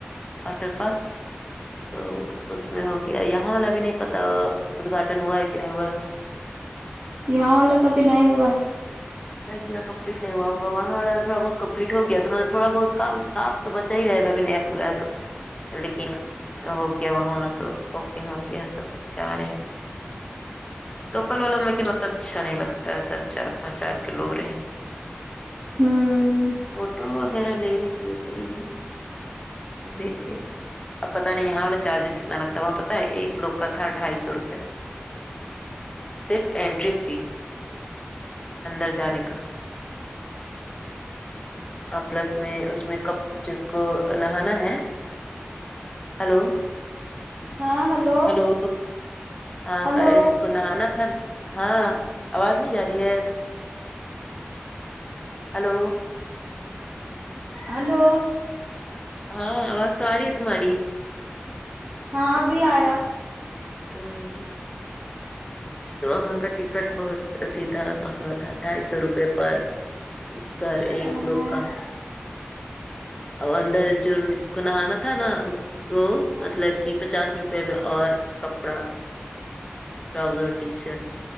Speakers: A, on the left; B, on the right.
A: واٹر پارک تو اس میں ہو گیا یہاں والا بھی نہیں پت ادگھاٹن ہوا ہے کہ نہیں ہوا
B: یہاں والا کابھی نہیں ہوا
A: نہیں یہاں کمپلیٹ نہیں ہوا ہوگا وہاں والا تھوڑا بہت کمپلیٹ ہو گیا تو مطلب تھوڑا بہت کام کام تو بچا ہی رہے گا ا بھی نیا کھولا ہے تو لیکن ہو گیا وہاں والا تو اپنگ ہو گیا سب جا رہے ہیں لوکل والا میں کہ تو اچھا نہیں لگتا ہے سب چار پانچ <unintelligible> لوگ رہیں گے
B: ہوں
A: فوٹو وغیرہ لینے کے لیے صحیح ہے لیکن اب پتہ نہیں یہاں والا چارجز کتنا لگتا ہے وہاں پتا ہے ایک لوگ کا تھا ڈھائی سو روپئے صرف اٹری فی اندر جانے کا اب پلس میں اس میں کپ جس کو نہانا ہے ہلو
B: ہاں ہلو
A: ہیلو ہاں
B: ہلو
A: کرے جس کو نہانا تھا نا ہاں آواز نہیں جا رہی ہے ہیلو
B: ہیلو
A: ہاں آواز تو آ رہی ہے تمہاری
B: ہاں ابھی آیا
A: امم وہاں کا ٹکٹ بہت اتیھی تھا مہنگا تھا ڈھائی سو روپے پر سر ایک
B: ہاں
A: لوگ کا اندر جون جس کو نہانا تھا نا اس کو
B: ہاں
A: مطلب کہ پچاس روپے میں اور کپڑا ٹراوزر ٹی شٹ